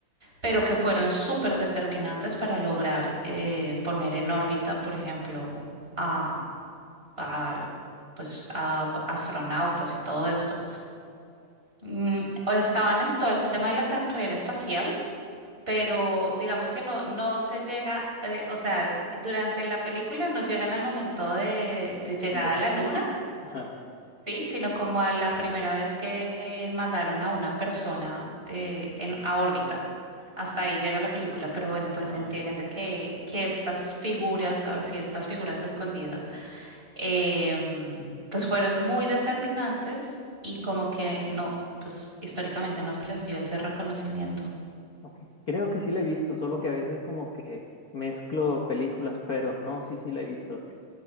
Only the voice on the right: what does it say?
pero que fueron súper determinantes para lograr eh, poner en órbita, por ejemplo, a, a, pues, a astronautas y todo esto. Mm, o estaban en todo el tema de la carrera espacial, pero digamos que no, no se llega, eh, o sea, durante la película no llegan al momento de, de llegada
a la luna,
Sí, sino como a la primera vez que eh, mandaron a una persona eh, en, a órbita. Hasta ahí llega la película, pero bueno, pues
se entiende
que, que estas figuras, ahora sí, estas figuras escondidas, em, pues fueron muy determinantes y como que no, pues históricamente no se les dio ese reconocimiento.